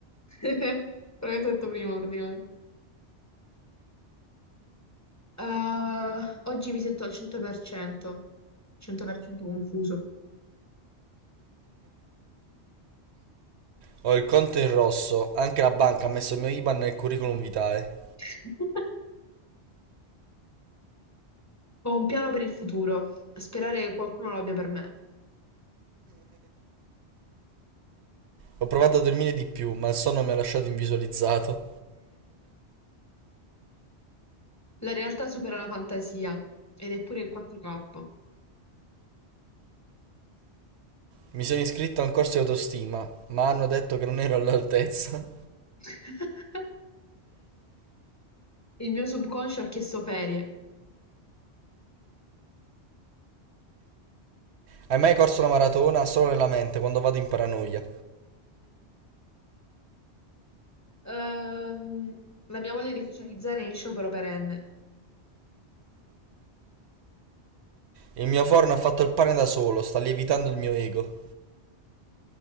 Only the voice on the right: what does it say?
Ho il conto in rosso, anche la banca ha messo il mio IBAN nel curriculum vitale.
Ho provato a dormire di più, ma il sonno mi ha lasciato invisualizzato.
Mi sono iscritto a un corso di autostima, ma hanno detto che non ero all'altezza.
Hai mai corso la maratona solo nella mente quando vado in paranoia?
Il mio forno ha fatto il pane da solo, sta lievitando il mio ego.